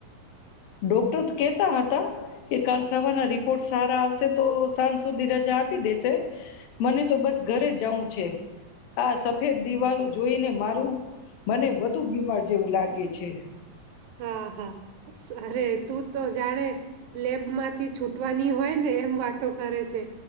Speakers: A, on the left (about 85°); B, on the right (about 80°).
A: ડોક્ટર કેતા હતા કે કાલ સવારના રિપોર્ટ સારા આવશે તો સાંજ સુધી રજા આપી દેશે, મને તો બસ ઘરે જવું છે, આ સફેદ દિવાલો જોઈને મારું મને વધુ બીમાર જેવું લાગે છે.
B: હા હા. અરે તું તો જાણે, લેબમાંથી છૂટવાની હોય ને એમ વાતો કરે છે,